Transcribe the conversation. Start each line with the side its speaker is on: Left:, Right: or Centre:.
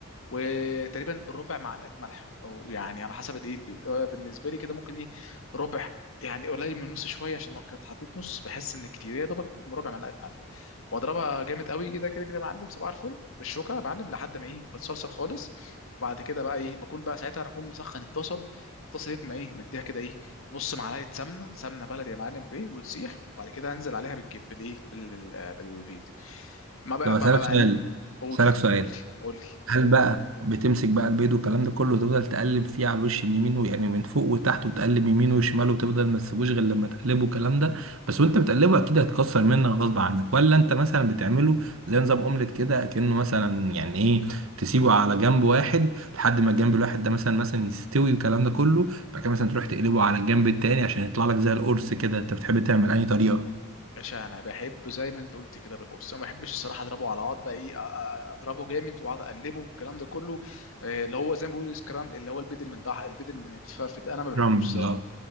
Left: وتقريبا ربع معلقه ملح او يعني على حسب الايه البيت آه، بالنسبه لي كده ممكن ايه ربع يعني قليل من نص شويه عشان لو كنت حطيت نص بحس ان كتير يا دوبك ربع معلقه ملح واضربها جامد قوي كده كده كده يا معلم صباح الفل بالشوكه يا معلم لحد ما ايه بتصلصل خالص بعد كده بقى ايه بكون بقى ساعتها انا اكون مسخن الطاسه الطاسه دي ما ايه مديها كده ايه نص معلقه سمنه سمنه بلدي يا معلم ايه وتسيح وبعد كده انزل عليها بالجب بالايه بال... بال... بالبيض ما بقى
Right: طب اسالك
Left: ما بقى
Right: سؤال
Left: قول
Right: اسالك سؤال
Left: قول لي قول لي
Right: هل بقى بتمسك بقى البيض والكلام ده كله وتفضل تقلب فيه على الوش اليمين و- يعني من فوق وتحت وتقلب يمين وشمال وتفضل ما تسيبوش غير لما تقلبه الكلام ده بس وانت بتقلبه اكيد هتكسر منك غصب عنك ولا انت مثلا بتعمله زي نظام اومليت كده اكنه مثلا يعني ايه تسيبه على جنب واحد لحد ما الجنب الواحد ده مثلا مثلا يستوي والكلام ده كله بعد كده مثلا تروح تقلبه على الجنب التاني عشان يطلع لك زي القرص كده انت بتحب تعمل انهي طريقه؟
Left: باشا انا بحبه زي ما انت قلت كده بالقرص انا ما بحبش الصراحه اضربه على بعض بقى ايه أ- أ- اضربه جامد واقعد اقلبه والكلام ده كله آه، اللي هو زي ما بيقولوا السكرام اللي هو البيد اللي من تحت البيد اللي من الفرف ده انا ما بحبوش
Right: رمبي
Left: الصراحه
Right: اه